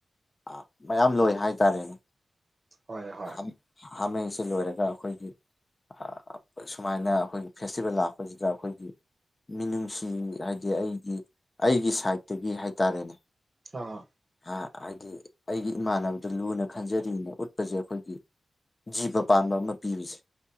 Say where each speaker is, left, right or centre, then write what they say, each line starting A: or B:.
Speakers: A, on the left; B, on the right.
A: ꯑ ꯃꯌꯥꯝ ꯂꯣꯏ ꯍꯥꯏꯇꯥꯔꯦꯅꯦ꯫
B: ꯍꯣꯏ ꯍꯣꯏ꯫
A: ꯍꯥꯝ ꯍꯥꯃꯦꯡꯁꯦ ꯂꯣꯏꯔꯒ ꯑꯈꯣꯏꯒꯤ ꯑ ꯁꯨꯃꯥꯏꯅ ꯑꯈꯣꯏꯒꯤ ꯐꯦꯁꯇꯤꯚꯦꯜ ꯂꯥꯛꯄꯁꯤꯗ ꯑꯈꯣꯏꯒꯤ ꯃꯤꯅꯨꯡꯁꯤ ꯍꯥꯏꯗꯤ ꯑꯩꯒꯤ ꯑꯩꯒꯤ ꯁꯥꯏꯠꯇꯒꯤ ꯍꯥꯏꯇꯔꯦꯅꯦ꯫
B: ꯑꯥ꯫
A: ꯑ ꯍꯥꯏꯗꯤ ꯑꯩꯒꯤ ꯏꯃꯥꯟꯅꯕꯗ ꯂꯨꯅ ꯈꯟꯖꯔꯤꯅ ꯎꯠꯄꯖꯦ ꯑꯈꯣꯏꯒꯤ ꯖꯤꯕ ꯄꯥꯟꯕ ꯑꯃ ꯄꯤꯕꯁꯦ꯫